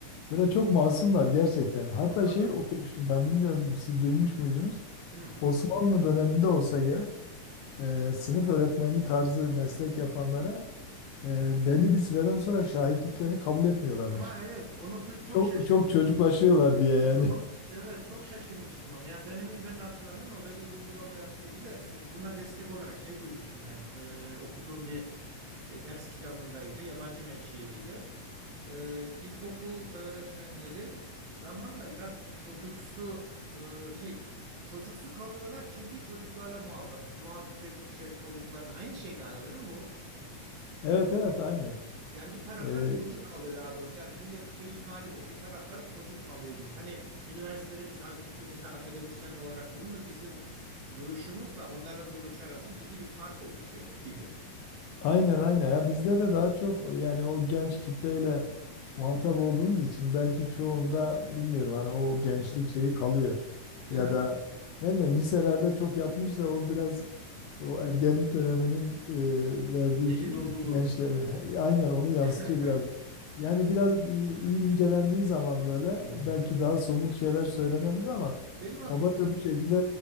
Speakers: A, on the left; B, on the right.
A: Böyle çok masumlar gerçekten. Hatta
B: Anladım.
A: şey okumuştum ben bilmiyorum siz duymuş muydunuz?
B: Hı.
A: Osmanlı döneminde olsa gerek. e, sınıf öğretmenliği tarzı meslek yapanlara e, belli bir süreden sonra şahitliklerini kabul etmiyorlarmış.
B: Ha evet onu du- çok
A: Çok
B: şaşırmıştım.
A: çok çocuklaşıyorlar diye yani.
B: Onu evet çok şaşırmıştım onu. Yani dönemini ben de hatırlamıyorum ama böyle bir uygulamayı hatırlıyorum. Bir de si, buna destek olarak şey duymuştum ben. Ee, okuduğum bir de ders kitabındaydı, yabancı menşeliydi. Ee, ilkokul öğretmenleri zamanla biraz çocuksu e, şey çocuksu kalıyorlar çünkü çocuklarla muhabbet, muhabbet içerisinde olduklarını aynı şey galiba değil mi bu?
A: <laughs> Evet evet aynı.
B: Yani bir tarafları
A: E,
B: çocuk kalıyor daha doğrusu. Yani cümle şey ifade bu. Bir tarafları çocuk kalıyor gibi. Hani üniversitede biz a- ikimiz de akademisyen olarak bulunduk. Bizim duruşumuzla onların duruşu arasında ciddi bir fark oluşuyor gibi.
A: Aynen aynen ya bizde de daha çok o- yani o genç kitleyle muhatap olduğunuz için belki çoğunda bilmiyorum hani o gençlik şeyi kalıyor
B: Değil
A: ya
B: mi?
A: da ne bileyim liselerde çok yapmışsa o biraz o ergenlik döneminin e, verdiği
B: Deli
A: ç-
B: doluluğu.
A: gençlere aynen onu yansıtıyor
B: <laughs>
A: biraz. Yani biraz iyi, iyi incelendiği zaman böyle
B: Hmm.
A: belki daha somut şeyler söylenebilir ama
B: Benim ak-
A: kabaca bu şekilde